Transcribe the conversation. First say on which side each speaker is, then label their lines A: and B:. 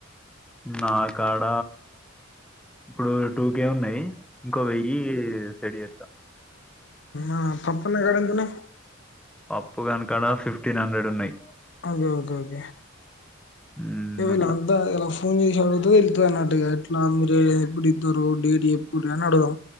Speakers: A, in the centre; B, on the left.
A: నాకాడ ఇప్పుడు టూకె ఉన్నాయి ఇంకో వెయ్యి సెట్ చేస్తా
B: ఆహ్ పప్పు అన్న కాడ ఎంత ఉన్నాయి
A: పప్పుగాని కాడ ఫిఫ్టీన్ హండ్రెడ్ ఉన్నాయి
B: ఓకే ఓకే
A: మ్మ్
B: వీళ్ళు
A: అట్లా
B: అంతా ఫోన్ చేసి అడుగుత అన్నట్టుగా ఎట్లా మీరు ఎప్పుడు ఇద్దారు డేట్ చేపూరి అని అడుగుదాం